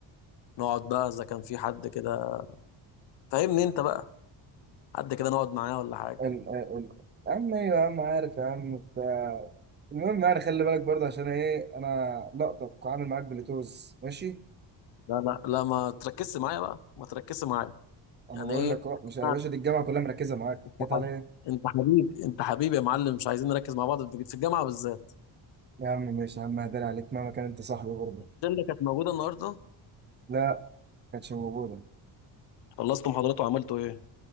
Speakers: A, on the left (about 65°); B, on the right (about 25°).
A: نقعد بقى إذا كان في حد كده فاهمني أنت بقى حد كده نقعد معاه ولا حاجة
B: ال- ال- ال- أما إيه يا عم عارف يا عم بتاع المهم يعني خلي بالك برضه عشان إيه أنا لقطك وعامل معاك بلوتوز ماشي
A: لا لا لا ما تركزش معايا بقى ما تركزش معايا
B: انا
A: يعني
B: بقول
A: إيه
B: لك أهو، مش يا
A: أنا-
B: باشا دي الجامعه كلها مركزه معاك
A: أنت
B: جت عليا
A: حبيبي
B: إيه؟
A: أنت حبيبي أنت حبيبي يا معلم مش عايزين نركز مع بعض في في الجامعة بالذات
B: يا عم ماشي يا عم هداري عليك مهما كان انت صاحبي برضه
A: الشلة كانت موجودة النهاردة
B: لا ما كانتش موجوده
A: خلصتوا محاضرات وعملتوا ايه؟